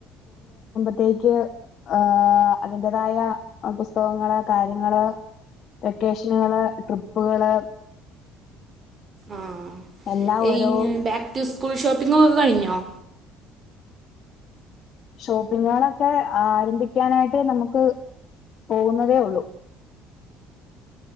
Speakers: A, on the left; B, on the right.
A: ത്തേക്ക് ആഹ് അതിന്റതായ അ പുസ്തകങ്ങള് കാര്യങ്ങള് വെക്കേഷന്കള് ട്രിപ്പുകള്
B: ആഹ്
A: എല്ലാ ഓരോ
B: ഇങ്ങ് back to school shopping ഒക്കെ കഴിഞ്ഞോ
A: ഷോപ്പിങ്ങുകളൊക്കെ ആരംഭിക്കാനായിട്ട് നമുക്ക് പോകുന്നതേ ഒള്ളൂ